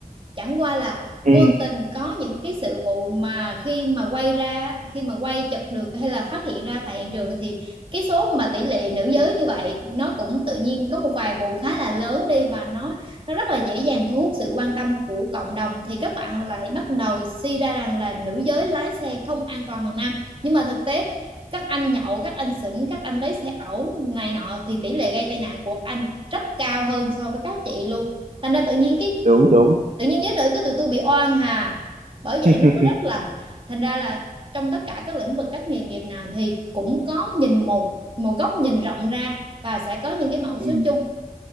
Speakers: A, on the right; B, on the right.
A: chẳng qua là vô
B: ừ
A: tình có những cái sự vụ mà khi mà quay ra khi mà quay chụp được hay là phát hiện ra tại hiện trường thì cái số mà tỷ lệ nữ giới như vậy nó cũng tự nhiên có một vài vụ khá là lớn đi và nó nó rất là dễ dàng thu hút sự quan tâm của cộng đồng thì các bạn lại bắt đầu suy ra rằng là nữ giới lái xe không an toàn bằng nam nhưng mà thực tế các anh nhậu các anh xỉn các anh lấy xe ẩu này nọ thì tỷ lệ gây tai nạn của các anh rất cao hơn so với các chị luôn thành ra tự nhiên cái
B: đúng đúng
A: tự nhiên giới nữ của tụi tôi bị oan hà bởi vậy
B: <laughs>
A: nó mới rất là thành ra là trong tất cả các lĩnh vực các nghề nghiệp nào thì cũng có nhìn một một góc nhìn rộng ra và sẽ có những cái mẫu số
B: ừ,
A: chung